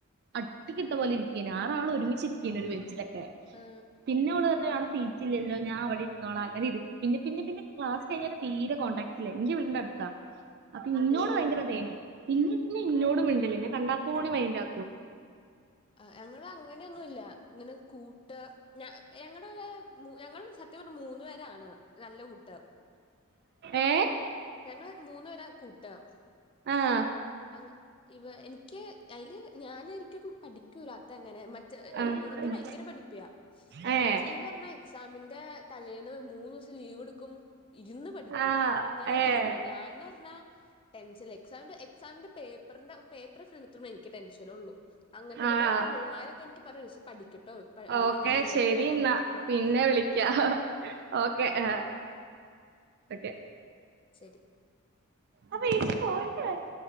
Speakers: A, on the right (about 50°); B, on the left (about 25°).
A: അട്ടിക്കിട്ട പോലെ ഇരിക്കാണ് ആറാള് ഒരുമിച്ചിരിക്കാണ് ഒരു ബെഞ്ചിലൊക്കെ
B: ആ
A: പിന്നെ ഓള് പറഞ്ഞ് ഞാട സീ സീറ്റില്ലല്ലോ ഞാൻ അവിടെ ഇരുന്നോള അങ്ങന ഇരുന്നു പിന്നെ പിന്നെ പിന്നെ ക്ലാസ് കഴിഞ്ഞ തീരെ കോണ്ടാക്ടില്ല എന്റെ വീടിന്റെ അടുത്താ അപ്പൊ ഇന്നോട്
B: ഓ
A: ഭയങ്കര ഇതേന്ന് പിന്നെന്നെ ഇന്നോടും മിണ്ട്ല്ല ഇന്നെ കണ്ടാക്കൂടി മൈന്റാ
B: അഹ് ഞങ്ങളും അങ്ങനെയൊന്നൂല്ല ഇങ്ങനെ കൂട്ട് ഞ ഞങ്ങടെ ഞങ്ങള് സത്യം പറഞ്ഞ മൂന്നു പേരാണ് നല്ല കൂട്ട്
A: ഏഹ്
B: ഞങ്ങള് മൂന്നുപേരാ കൂട്ട്
A: ആഹ്
B: അങ് ഇവ എനിക്ക് അയില് ഞാനായിരിക്കും പഠി ക്കൂലാത്ത അങ്ങനെ മറ്റേ
A: ആഹ്
B: ഒരുത്തി ഭയങ്കര പഠിപ്പ്യാ
A: ഏഹ്
B: ഒരുത്തിന്ന് പറഞ്ഞാ എക്സാമിന്റെ തലേന്ന് മൂന്നൂസം ലീവ് ഇടുക്കും ഇരുന്ന് പഠിക്കും
A: ആഹ്
B: അങ്ങനെ പഠിക്കുന്നആളാ
A: ഏഹ്
B: ഞാൻന്ന് പറഞ്ഞാ ടെൻസ്ൽ എക്സാമിന്റെ എക്സാമിന്റെ പേപ്പറിന്റെ പേപ്പർ ഫ്രണ്ടെത്തുമ്പോ എനിക്ക് ടെൻഷനൊള്ളൂ അങ്ങനത്തൊക്കെ
A: ആഹ്
B: അപ്പ ഇവൾമാര് എനിക്ക് പറയും ഒരീസം പഠിക്ക്‌ട്ടോ ഇപ്പ അങ്ങനെ
A: ഓക്കെ
B: എങ്ങനെ ഇങ്ങനെ
A: ശരി
B: ഇങ്ങനാട്ടോന്നൊക്കെ
A: എന്നാ
B: പറഞ്ഞ്
A: പിന്നെ വിളിക്കാ ഓക്കെ ആഹ് ഓക്കെ
B: ശരി
A: അപ്പൊ ഇജ് പോയിട്ട് വരാ